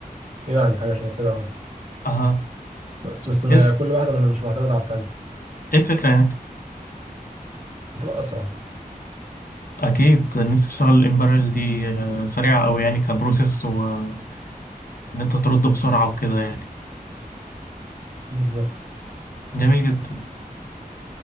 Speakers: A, on the right; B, on the left.
A: يعني حاجه شبه كده اه
B: اه
A: بس بس ما
B: ايه الف...
A: كل واحده من مش معتمده على التانيه
B: ايه الفكرة يعني
A: بتبقى اسرع
B: اكيد ان انت تشتغل الامبريال دي آه، سريعه قوي يعني كبروسيس وان انت ترد بسرعه وكده يعني
A: بالظبط
B: جميل جدا